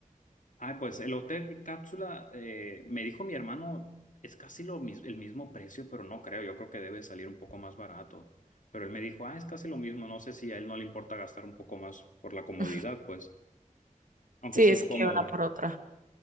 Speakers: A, on the left; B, on the right.
A: Ah, pues el hotel cápsula, eh, me dijo mi hermano, es casi lo mis- el mismo precio, pero no creo, yo creo que debe salir un poco más barato. Pero él me dijo, ah, es casi lo mismo, no sé si a él no le importa gastar un poco más por la comodidad,
B: <laughs>
A: pues, aunque
B: Sí,
A: sí
B: es
A: es cómodo.
B: que una por otra.